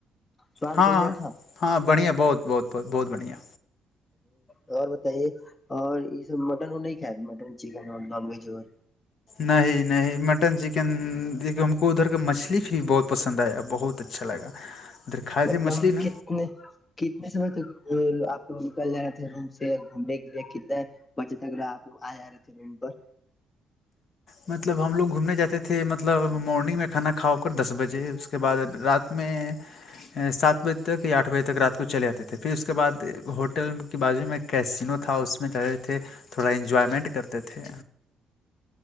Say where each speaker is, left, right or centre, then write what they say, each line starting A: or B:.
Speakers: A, on the left; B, on the left.
A: سواد
B: ہاں
A: بڑھیا تھا
B: ہاں بڑھیا بہت بہت بہت بہت بڑھیا
A: اور بتائیے اور یہ سب مٹن وہ نہیں کھایا مٹن چکن اور نان ویج اور
B: نہیں نہیں مٹن چکن ہم کو ادھر کا مچھلی بھی بہت پسند ند آیا بہت اچھا لگا کھائے تھے
A: مطلب
B: مچھلی نا
A: کت کتنے سمے تک آپ لوگ نکل جا رہے تھے روم سے گھومنے کے لیے کتنے بچے اگر آپ آ رہے تھے ر پر
B: مطلب ہم لوگ گھومنے جاتے تھے مطلب مارننگ میں کھانا کھا ہو کر دس بجے اس کے بعد رات میں سات بجے تک یا آٹھ بجے تک رات کو چلے جاتے تھے پھر اس کے بعد ہوٹل کے بازو میں کیسینو تھا اس میں رہے تھے تھوڑا انجوائمنٹ کرتے تھے